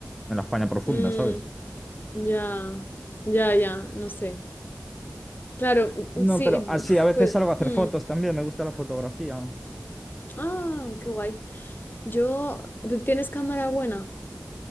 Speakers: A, in the centre; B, on the left.
A: en la España profunda,
B: mm,
A: ¿sabes?
B: ya, ya, ya, no sé. Claro, u- u- sí,
A: No, pero así,
B: uf,
A: a veces
B: pues...
A: salgo a hacer
B: mm.
A: fotos también, me gusta la fotografía.
B: Ah, qué guay. Yo, ¿tienes cámara buena